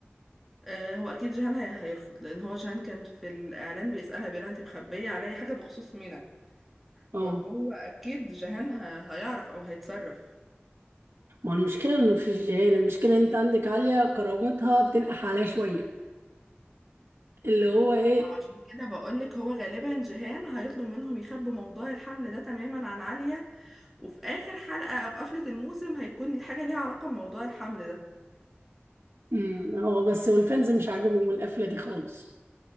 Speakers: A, in the centre; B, on the right.
A: آه هو أكيد جيهان هي- هيرفض لأن هو جيهان كان في الإعلان بيسألها بيقولها أنت مخبية عليا حاجة بخصوص منى
B: اه
A: فهو أكيد جيهان ه- هيعرف أو هيتصرف
B: ما المشكله انه في الجيران المشكله ان انت عندك عاليه كرامتها بتنقح عليها شويه اللي هو ايه
A: عشان كده بقولك هو غالبا جيهان هيطلب منهم يخبوا موضوع الحمل ده تماما عن عالية وفي آخر حلقة أو قفلة الموسم هيكون الحاجة ليها علاقة بموضوع الحمل ده
B: امم هو بس والفانز مش عاجبهم القفله دي خالص